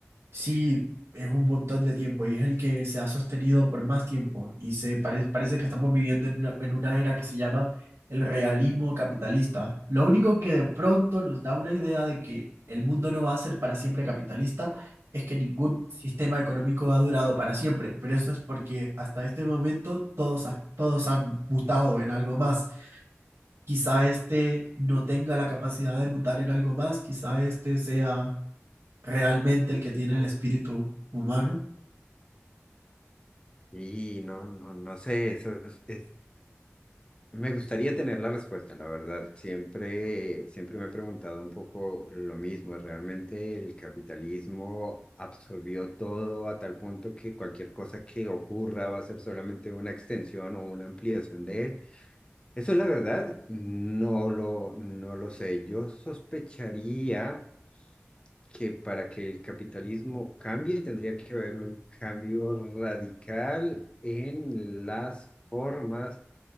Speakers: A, on the right; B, on the left.
A: Sí, es un montón de tiempo y es el que se ha sostenido por más tiempo y se pare- parece que estamos viviendo en una, en una era que se llama el realismo capitalista. Lo único que de pronto nos da una idea de que el mundo no va a ser para siempre capitalista es que ningún sistema económico ha durado para siempre, pero eso es porque hasta este momento todos, ha- todos han mutado en algo más. Quizá este no tenga la capacidad de mutar en algo más, quizá este sea realmente el que tiene el espíritu humano,
B: y no, no, no sé, eso es es- Me gustaría tener la respuesta, la verdad. Siempre, siempre me he preguntado un poco lo mismo. ¿Realmente el capitalismo absorbió todo a tal punto que cualquier cosa que ocurra va a ser solamente una extensión o una ampliación de él? Eso, la verdad, no lo, no lo sé. Yo sospecharía que para que el capitalismo cambie tendría que haber un cambio radical en las formas